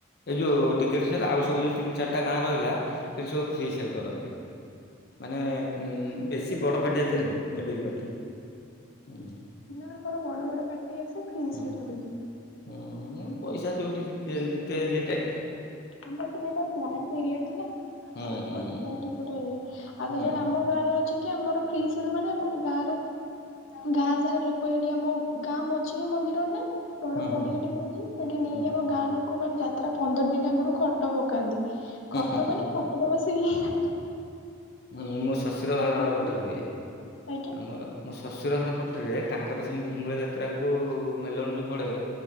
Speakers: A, on the left; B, on the left.
A: ଏଇ ଯୋଉ ଟିକେଟ୍ ସେଲ୍ ଆଉ ସବୁ ଯୋଉ ତିନି ଚାରିଟା ଗାଁ ରହିଲା ସେଇଠି ସବୁ ଫ୍ରୀ ସେଲ୍ କରନ୍ତି। <inaudible> ମାନେ ଉଁ
B: ଆମର
A: ବେଶୀ
B: ବି ସେ
A: ବଡ
B: ଫ୍ରି
A: ପାର୍ଟି ଏତେ
B: ସେଲ୍
A: ନୁହ ମିଡଲ ପାର୍ଟି ହୁଁ।
B: ନା ଆମର ବଡ ବଡ ପାର୍ଟି ଆସେ ଫ୍ରି
A: ହୁଁ
B: ସେଲ ହୁଏ କିନ୍ତୁ।
A: ହୁଁ ଉଁ ପଇସା ଯଉଠି ଯେତେ ଯ
B: ଆମର ଟିକେ ଏଟା ପ୍ଲାଣ୍ଟ ଏରିଆ ଟା ନା ତ
A: ହୁଁ ହୁଁ
B: ପଇସା
A: ହୁଁ ହୁଁ
B: ଏଠି ପୂରା ଇଏ ଆଗେ
A: ହୁଁ।
B: ଜୋଉଡ଼ା ଆମ ରେ ଅଛି କି ଆମର ଫ୍ରି ସେଲ୍ ମାନେ ଆମ ଗାଁରେ ଗାଁ ସାରା ଲୋକ ଏଠି ଆମ ଗାଁ ମଝିରେ ମନ୍ଦିର ନା ବଡ
A: ହୁଁ
B: ପଡିଆଟେ
A: ହୁଁ ହୁଁ
B: ବି ଅଛି ସେଠି ନେଇକି
A: ହୁଁ
B: ଆମ ଗାଁ ଲୋକ ମାନେ ଯାତ୍ରା ପନ୍ଦର ଦିନ ଆଗରୁ ଖଟ ପକାନ୍ତି। ଖଟ
A: ହୁଁ
B: ମାନେ ଖଟରେ ବସିକି ଯାତରା
A: ହୁ ମୋ ଶ୍ୱଶୁର ଘର
B: ଫେୟାର
A: ପଟେରେ ହୁଏ
B: ଆଜ୍ଞା।
A: ଆମର ମୋ ଶଶୁର ହର ପଟ ରେ ତାଙ୍କର ସେମିତି ହିଙ୍ଗୁଳା ଯାତ୍ରାକୁ ମେଲଣ ଯୋଉ ପଡେ